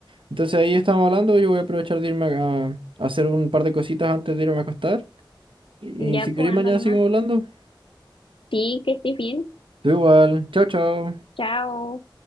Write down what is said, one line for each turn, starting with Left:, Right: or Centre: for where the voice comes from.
Right: Entonces ahí estamos hablando, yo voy a aprovechar de irme a, a hacer un par de cositas antes de irme a acostar. Y,
Left: Ya,
Right: si
Left: pues
Right: queréis mañana
Left: anda nomás.
Right: seguimos hablando.
Left: Sí, que estés bien.
Right: Tú igual. Chao, chao.
Left: Chao.